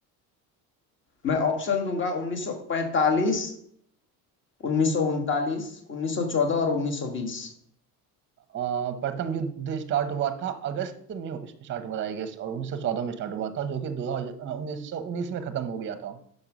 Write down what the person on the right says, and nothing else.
अ, प्रथम युद्ध स्टार्ट हुआ था अगस्त में स्टार्ट हुआ था आई गेस और 1914 में स्टार्ट हुआ था जो कि 2000 1919 में खत्म हो गया था